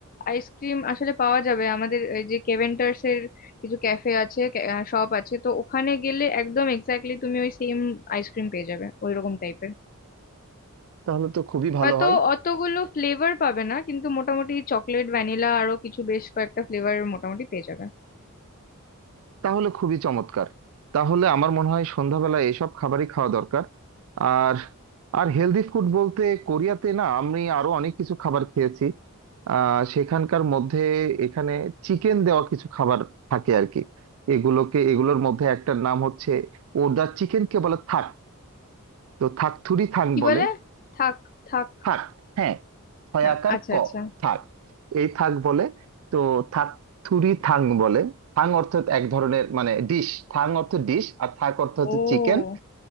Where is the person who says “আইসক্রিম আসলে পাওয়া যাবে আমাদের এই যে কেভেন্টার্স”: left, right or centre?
Left